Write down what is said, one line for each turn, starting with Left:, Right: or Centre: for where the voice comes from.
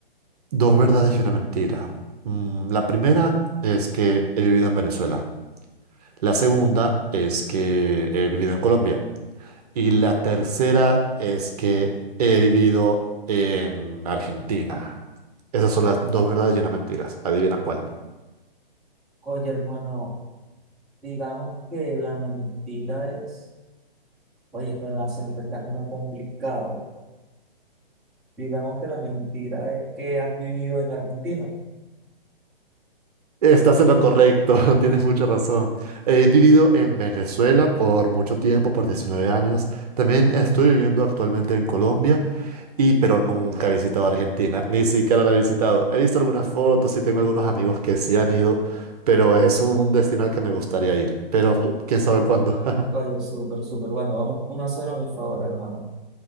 Right: Dos verdades y una mentira. Mm, la primera es que he vivido en Venezuela. La segunda es que he vivido en Colombia. Y la tercera es que he vivido en Argentina. Esas son las dos verdades y una mentira. Adivina cuál.
Centre: Oye, hermano, digamos que la mentira es, oye, este acento está como complicado. Digamos que la mentira es que has vivido en Argentina.
Right: Estás en lo correcto, <laughs> tienes mucha razón. He vivido en Venezuela por mucho tiempo, por 19 años. También estoy viviendo actualmente en Colombia, y pero nunca he visitado Argentina, ni siquiera la he visitado. He visto algunas fotos y tengo algunos amigos que sí han ido, pero es un destino al que me gustaría ir. Pero mm, quién sabe cuándo. <laughs>
Centre: Oye, súper, súper. Bueno, vamos uno a 0 a mi favor, hermano.